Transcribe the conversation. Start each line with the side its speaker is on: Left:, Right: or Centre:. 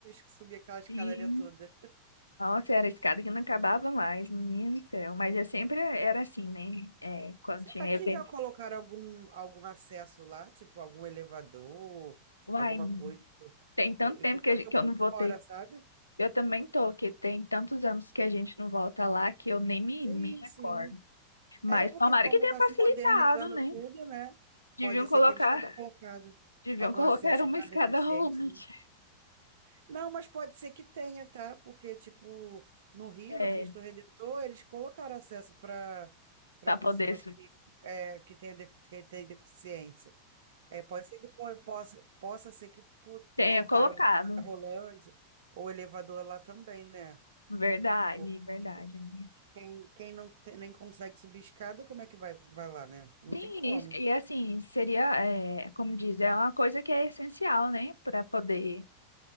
Right: subir aquela escadaria
Left: Sim.
Right: toda.
Left: Nossa, era escada que não acabava mais, menino do céu. Mas eu sempre era assim, né? É, quando
Right: Será
Left: tinha
Right: que
Left: evento.
Right: já colocaram algum, algum acesso lá? Tipo, algum elevador,
Left: Uai,
Right: alguma coisa?
Left: tem tanto
Right: Por- e
Left: tempo
Right: Porque
Left: que, a
Right: eu
Left: gen-
Right: tô
Left: que
Right: por
Left: eu não
Right: fora,
Left: voltei.
Right: sabe?
Left: Eu também tô, que tem tantos anos que a gente não volta lá que eu nem me,
Right: Sim,
Left: me recordo.
Right: sim.
Left: Mas
Right: É porque
Left: tomara
Right: como
Left: que tenha
Right: tá
Left: facilitado,
Right: se modernizando
Left: né?
Right: tudo, né?
Left: Deviam
Right: Pode ser
Left: colocar,
Right: que eles tenham colocado
Left: deviam
Right: algum
Left: colocar
Right: acesso
Left: uma
Right: para
Left: escada
Right: deficiente,
Left: <laughs> rolante.
Right: né? Não, mas pode ser que tenha, tá? Porque, tipo, no Rio,
Left: É,
Right: no Cristo Redentor, eles colocaram acesso para para
Left: pra
Right: pessoas
Left: poder subir.
Right: que, é, que têm def- que têm deficiência. É, pode ser que po- possa, possa ser que po-
Left: Tenha
Right: colocaram
Left: colocado.
Right: algum cadeira rolante ou elevador lá também, né?
Left: Verdade,
Right: Porque
Left: verdade, amiga.
Right: quem, quem não tem- nem consegue subir escada, como é que vai, vai lá, né? Não
Left: Sim,
Right: tem como.
Left: e, e assim, seria, é, como diz, é uma coisa que é essencial, né, para poder